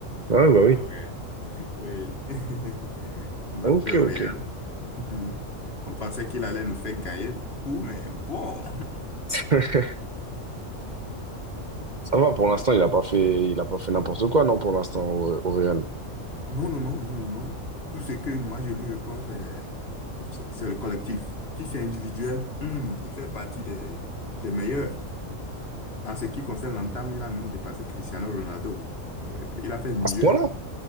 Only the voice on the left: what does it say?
Ah
ouais, oui. <laughs> Mbappé
au
Real. Mhm. On pensait qu'il allait nous faire gagner tout, mais bon.
<laughs>
On
a-
Non, non, non, non, non, non. Tout ce que moi je lui reproche, c'est c'est- c'est le collectif. Si c'est individuel, hum, il fait partie des, des meilleurs. En ce qui concerne l'entame, il a même dépassé Cristiano Ronaldo. Euh, il a fait mieux.